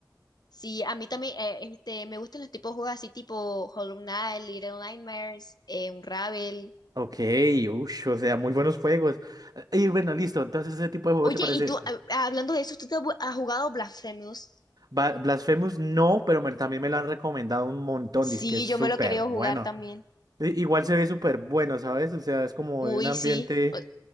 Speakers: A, on the left; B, on the right.
A: Sí, a mí también eh, este, me gustan los tipos de juegos así tipo Hollow Knight, Little Nightmares, eh, Unravel.
B: Ok, uy, o sea, muy buenos juegos. Eh, Y bueno, listo. Entonces, ese tipo de juego
A: Oye,
B: te parece.
A: y tú, ah, ah, hablando de eso, ¿tú te has bu- has jugado Blasphemous?
B: Ba- Blasphemous no, pero me- también me lo han recomendado un montón.
A: Sí,
B: Dice que es súper
A: yo me lo he querido
B: bueno.
A: jugar también.
B: I- Igual se ve súper bueno, ¿sabes? O sea, es como
A: Uy,
B: de un ambiente
A: sí. O-